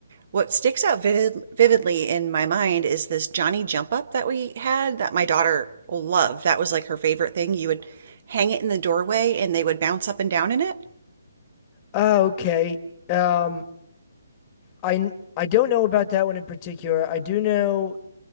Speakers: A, on the right; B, on the left.
A: what sticks out vivid, vividly in my mind is this Johnny jump up that we had that my daughter loved. That was like her favorite thing. You would hang it in the doorway and they would bounce up and down in it.
B: Oh, okay. Um I I don't know about that one in particular. I do know